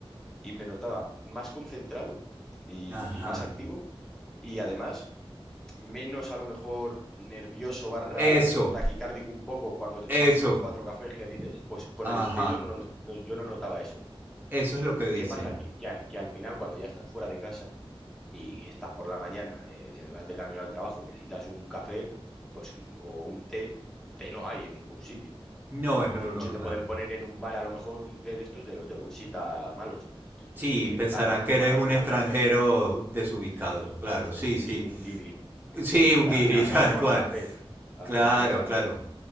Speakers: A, in the centre; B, on the right.
A: y me notaba más concentrado y,
B: Ajá.
A: y más activo y además menos a lo mejor nervioso barra
B: Eso,
A: taquicárdico un poco cuando te
B: eso.
A: tomas cuatro cafés que dices, pues con
B: Ajá.
A: el té yo no, lo no- yo no notaba eso.
B: Eso es lo que dicen.
A: ¿Qué pasa? Que, que a- que al final cuando ya estás fuera de casa y estás por la mañana, eh, vas de camino al trabajo y necesitas un café, pues, o un té, té no hay en ningún sitio.
B: No es
A: Como
B: lo
A: mucho
B: normal.
A: te pueden poner en un bar a lo mejor un té de estos de los de bolsita malos.
B: Sí,
A: Es que
B: pensarán
A: acabas
B: que
A: tomando
B: eres un
A: al final
B: extranjero
A: café.
B: desubicado.
A: <laughs> Sí,
B: Claro, sí,
A: Un,
B: sí.
A: gui- un guiri. <laughs>
B: Sí, un
A: Al
B: guiri,
A: final
B: <laughs> tal
A: acabas tomando
B: cual.
A: café. Al
B: Claro,
A: final tomas café.
B: claro.